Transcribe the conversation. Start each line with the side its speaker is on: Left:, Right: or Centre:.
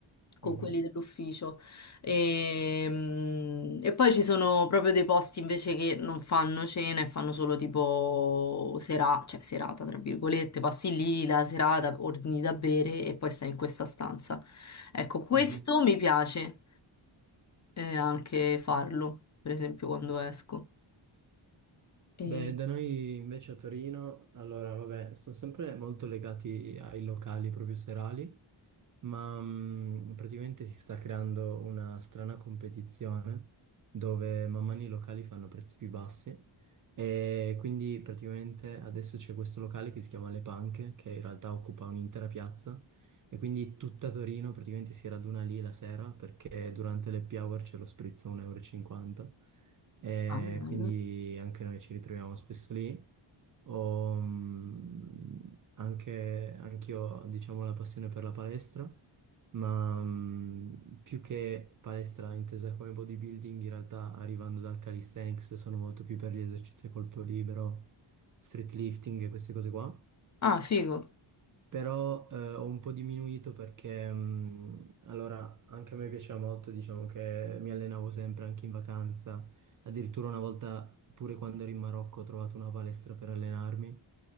Left: con
Right: Mhm,
Left: quelli dell'ufficio. E, e poi ci sono proprio dei posti invece che non fanno cena e fanno solo tipo sera, cioè serata, tra virgolette, passi lì la serata, ordini da bere e poi stai in questa stanza. Ecco, questo
Right: mhm.
Left: mi piace e anche farlo, per esempio quando esco. E...
Right: Beh, da noi invece a Torino, allora, vabbè, sono sempre molto legati ai locali proprio serali, ma mh, praticamente si sta creando una strana competizione dove man mano i locali fanno prezzi più bassi e quindi praticamente adesso c'è questo locale che si chiama Le Panche, che in realtà occupa un'intera piazza e quindi tutta Torino praticamente si raduna lì la sera perché durante le happy hour c'è lo spritz a 1,50 euro. e cinquanta e
Left: Ah, bello.
Right: quindi anche noi ci ritroviamo spesso lì. Ho, mm, anche, anch'io, diciamo, la passione per la palestra, ma mm, più che palestra intesa come bodybuilding, in realtà arrivando dal calisthenics sono molto più per gli esercizi a colpo libero, street lifting e queste cose qua
Left: Ah, figo.
Right: però eh, ho un po' diminuito perché mh, allora anche a me piaceva molto, diciamo che mi allenavo sempre anche in vacanza, addirittura una volta pure quando ero in Marocco ho trovato una palestra per allenarmi,